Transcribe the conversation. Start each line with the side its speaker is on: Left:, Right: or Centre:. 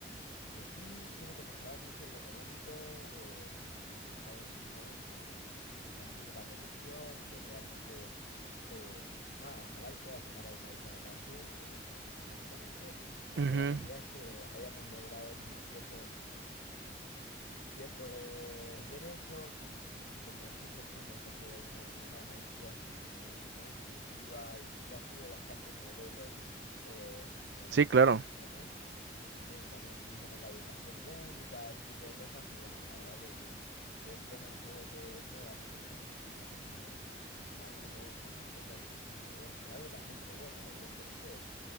Left: que sí tiene que mejorar mucho en lo económico eh, y, y está buenísimo que, que se castigue la corrupción y que realmente, eh, nada, ojalá él pueda sacar al país adelante eh, que- económicamente,
Right: ujú.
Left: pero la realidad es que habíamos logrado como ciertos ciertos derechos y, y- y como siempre fuimos, yo creo, una, una nación muy, muy inclusiva y, y que ha sido bastante modelo eh, en, en
Right: Sí,
Left: ciertas
Right: claro.
Left: cuestiones, ¿viste? Y también mismo con la educación pública, ese tipo de cosas, y bueno, la verdad que, que, que él ponga en juego todo eso, a mí como, como argentino, nada, no me gusta, no me convence, ¿no? Pero bueno, por algo la gente lo vota, evidentemente.